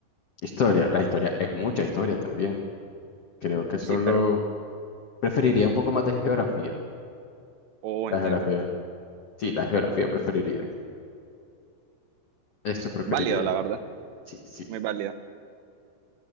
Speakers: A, on the left; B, on the right.
A: Historia, la historia es mucha historia también. Creo que solo
B: Sí, pero,
A: preferiría un poco más de geografía.
B: oh,
A: La
B: entiendo.
A: geografía. Sí, la geografía preferiría. Eso preferiría.
B: Válido, la verdad,
A: Sí, sí.
B: muy válido.